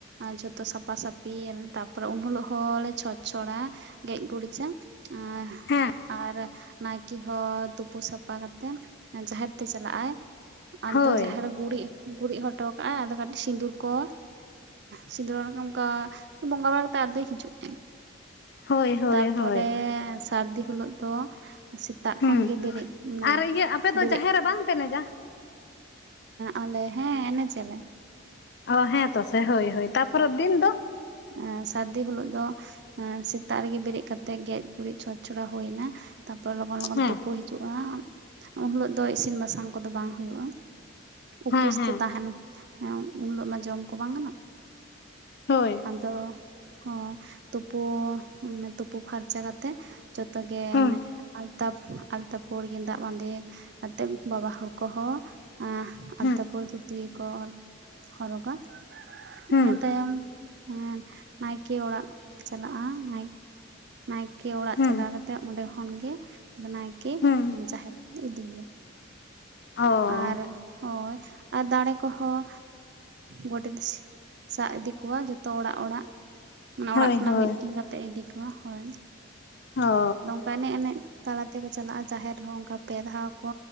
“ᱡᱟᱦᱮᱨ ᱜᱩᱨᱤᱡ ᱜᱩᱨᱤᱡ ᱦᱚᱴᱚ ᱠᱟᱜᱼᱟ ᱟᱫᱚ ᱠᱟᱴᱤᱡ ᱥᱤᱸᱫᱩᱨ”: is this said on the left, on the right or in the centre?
Right